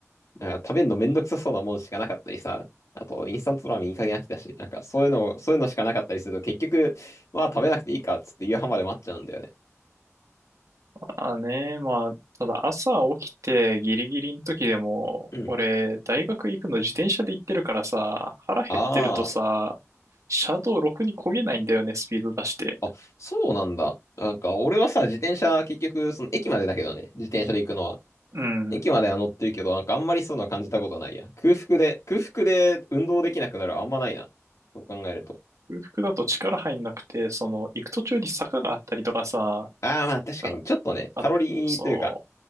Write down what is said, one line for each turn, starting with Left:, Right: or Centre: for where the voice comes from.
Left: なんか食べるのめんどくさそうなもんしかなかったりさ、あと、インスタントラーメンいい加減飽きたし、なんかそういうの、そういうのしかなかったりすると、結局、まあ食べなくていいかっつって夕飯まで待っちゃうんだよね。
Right: あね、まあ、ただ朝起きてギリギリの時でも、
Left: うん。
Right: 俺、大学行くの自転車で行ってるからさ、腹減ってるとさ、
Left: あ
Right: 車道ろくに漕げないんだよね、スピード出して。
Left: あ、そうなんだ。なんか、俺はさ、自転車、結局、その、駅までだけどね、自転車で行くのは。
Right: うん。
Left: 駅までは乗ってるけど、なんか、あんまりそういうのは感じたことないや。空腹で、空腹で運動できなくなるはあんまないな。そう考えると。
Right: 空腹だと力入んなくて、その、行く途中に坂があったりとかさ、
Left: ああ、まあ、確かに、
Right: なんか、
Left: ちょっとね、
Right: あ、
Left: カロリーというか、
Right: そう、